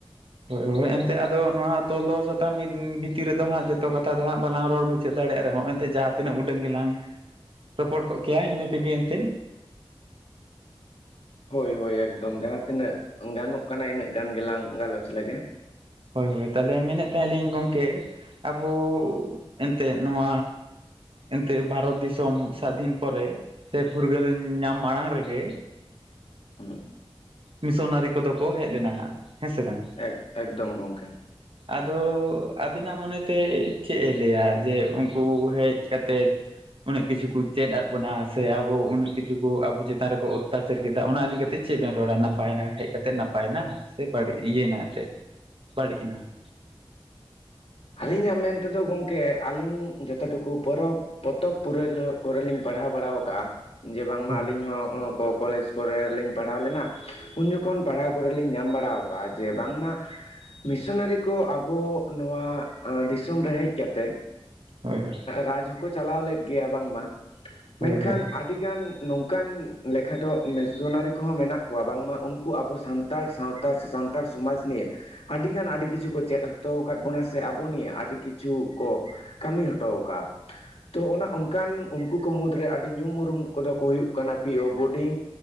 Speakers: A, on the right (about 65°); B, on the left (about 85°).
A: ᱦᱮᱸᱻ ᱮᱱᱛᱮ ᱟᱫᱚ ᱱᱚᱣᱟ ᱛᱚᱞᱚ ᱥᱟᱛᱟᱢ ᱵᱷᱤᱛᱤᱨ ᱨᱮᱫᱚ ᱦᱟᱸᱜ ᱡᱚᱛᱚ ᱠᱟᱛᱷᱟ ᱫᱚ ᱦᱟᱸᱜ ᱵᱟᱞᱟᱝ ᱨᱚᱲ ᱢᱩᱪᱟᱹᱫᱼᱟ ᱫᱟᱲᱮᱭᱟᱜ ᱨᱮᱦᱚᱸ ᱮᱱᱛᱮᱜ ᱡᱟᱦᱟᱸ ᱛᱤᱱᱟᱹᱜ ᱩᱰᱟᱹᱝ ᱜᱮᱞᱟᱝ ᱨᱚᱯᱚᱲ ᱠᱚᱜ ᱠᱮᱭᱟ ᱤᱱᱟᱹ ᱛᱮᱜᱮ ᱮᱱᱛᱮᱫᱼᱼ
B: ᱦᱳᱭ ᱦᱳᱭ ᱮᱠᱫᱚᱢ ᱡᱟᱦᱟᱸ ᱛᱤᱱᱟᱹᱜ ᱜᱟᱱᱚᱜ ᱠᱟᱱᱟ ᱤᱱᱟᱹᱜ ᱜᱟᱱ ᱜᱮᱞᱟᱝ ᱜᱟᱞᱚᱪ ᱞᱮᱜᱮᱼᱼ
A: ᱦᱳᱭ ᱦᱳᱭ ᱛᱟᱦᱚᱞᱮ ᱢᱮᱱᱮᱫ ᱛᱟᱦᱮᱞᱤᱧ ᱜᱚᱢᱠᱮ ᱟᱵᱩ ᱮᱱᱛᱮᱫ ᱱᱚᱣᱟᱼᱼ ᱮᱱᱛᱮᱫ ᱵᱷᱟᱨᱚᱛ ᱫᱤᱥᱚᱢ ᱥᱟᱫᱷᱤᱱ ᱯᱚᱨᱮ ᱥᱮ ᱯᱷᱩᱨᱜᱟᱹᱞ ᱧᱟᱢ ᱢᱟᱲᱟᱝ ᱨᱮᱜᱮ
B: ᱦᱩᱸ
A: ᱢᱤᱥᱚᱱᱟᱨᱤ ᱠᱚᱫᱚ ᱠᱚ ᱦᱮᱡ ᱞᱮᱱᱟ ᱦᱟᱸᱜ ᱦᱮᱸ ᱥᱮ ᱵᱟᱝ?
B: ᱮᱠ ᱮᱠᱫᱚᱢ ᱜᱚᱢᱠᱮ
A: ᱟᱫᱚ ᱟᱹᱵᱤᱱᱟᱜ ᱢᱚᱱᱮᱛᱮ ᱪᱮᱫ ᱮ ᱞᱟᱹᱭᱟ ᱡᱮ ᱩᱱᱠᱩ ᱦᱮᱡ ᱠᱟᱛᱮᱫ? ᱚᱱᱮᱜ ᱠᱤᱪᱷᱩ ᱠᱚ ᱪᱮᱫ ᱟᱫ ᱵᱚᱱᱟ ᱥᱮ ᱟᱵᱚ ᱚᱱᱮᱜ ᱠᱤᱪᱷᱩ ᱟᱵᱚ ᱪᱮᱛᱟᱱ ᱨᱮᱠᱚ ᱚᱛᱛᱟᱼᱼ ᱠᱮᱫᱟ ᱚᱱᱟ ᱤᱫᱤ ᱠᱮᱛᱮᱫ ᱪᱮᱫ ᱵᱮᱱ ᱨᱚᱲᱟ ᱱᱟᱯᱟᱭᱮᱱᱟ ᱦᱮᱡ ᱠᱟ ᱠᱟᱛᱮᱫ ᱱᱟᱯᱟᱭᱮᱱᱟ ᱥᱮ ᱵᱟᱹᱲᱤᱡ ᱤᱭᱟᱹᱭᱮᱱᱟ ᱮᱛᱮᱫᱼᱼ ᱵᱟᱹᱲᱤᱡ ᱮᱱᱟ
B: ᱟᱹᱞᱤᱧᱟᱜ ᱢᱮᱱ ᱛᱮᱫᱚ ᱜᱚᱢᱠᱮ ᱟᱹᱞᱤᱧ ᱡᱚᱛᱚ ᱴᱩᱠᱩ ᱯᱚᱨᱚᱵᱽᱼᱼ ᱯᱚᱛᱚᱵ ᱯᱩᱨᱟᱹᱭ ᱠᱚᱨᱮ ᱞᱤᱧ ᱯᱟᱲᱦᱟᱣ ᱵᱟᱲᱟᱣ ᱠᱟᱜᱼᱟ ᱡᱮ ᱵᱟᱝ ᱢᱟ
A: ᱦᱳᱭ
B: ᱟᱹᱞᱤᱧ ᱦᱚᱸᱼᱼ ᱠᱚ ᱠᱚᱞᱮᱡᱽ ᱠᱚᱨᱮ ᱞᱤᱧ ᱯᱟᱲᱦᱟᱣ ᱞᱮᱱᱟ᱾ ᱩᱱ ᱡᱚᱠᱷᱚᱱ ᱯᱟᱲᱦᱟᱣ ᱠᱚᱨᱮ ᱞᱤᱧ ᱧᱟᱢ ᱵᱟᱲᱟᱣ ᱠᱟᱜᱼᱟ ᱡᱮ ᱵᱟᱝᱢᱟ᱾ ᱢᱤᱥᱚᱱᱟᱨᱤ ᱠᱚ ᱟᱵᱚ ᱱᱚᱶᱟ᱾ ᱫᱤᱥᱚᱢ ᱨᱮ ᱦᱮᱡ ᱠᱟᱛᱮᱫ
A: ᱦᱳᱭ ᱦᱳᱭ
B: ᱨᱟᱡᱽ ᱦᱚᱸᱠᱚ ᱪᱟᱞᱟᱣ ᱞᱮᱫ ᱜᱮᱭᱟ ᱵᱟᱝᱼᱢᱟ
A: ᱦᱳᱭ
B: ᱢᱮᱱᱠᱷᱟᱱ
A: ᱦᱳᱭ
B: ᱟᱰᱤ ᱜᱟᱱ ᱱᱚᱝᱠᱟᱱ ᱞᱮᱠᱷᱟᱴᱚᱜ ᱢᱤᱥᱚᱱᱟᱨᱤ ᱠᱚᱦᱚᱸ ᱢᱮᱱᱟᱜ ᱠᱚᱣᱟ ᱵᱟᱝᱢᱟ ᱩᱱᱠᱩ ᱟᱵᱚ ᱥᱟᱱᱛᱟᱼᱼ ᱛᱟᱲ ᱥᱟᱶᱛᱟ ᱥᱮ ᱥᱟᱱᱛᱟᱲ ᱥᱚᱢᱟᱡᱽ ᱱᱤᱭᱮ ᱟᱹᱰᱤ ᱜᱟᱱ ᱟᱹᱰᱤ ᱠᱤᱪᱷᱩ ᱠᱚ ᱪᱮᱫ ᱦᱚᱴᱚ ᱟᱠᱟᱫ ᱵᱚᱱᱟᱼᱼ ᱥᱮ ᱟᱵᱩ ᱱᱤᱭᱟᱹ ᱟᱰᱤ ᱠᱤᱪᱷᱩ ᱠᱚ ᱠᱟᱹᱢᱤ ᱦᱚᱴᱚ ᱠᱟᱜᱼᱟ᱾ ᱛᱚ ᱚᱱᱟ ᱚᱱᱠᱟᱱ ᱩᱱᱠᱩ ᱠᱚ ᱢᱩᱫᱽᱨᱮ ᱟᱹᱰᱤ ᱧᱩᱢ ᱩᱨᱩᱢ ᱠᱚᱫᱚ ᱠᱚ ᱦᱩᱭᱩᱜ ᱠᱟᱱᱟ ᱯᱤ ᱳ ᱵᱳᱰᱤᱝᱼᱼ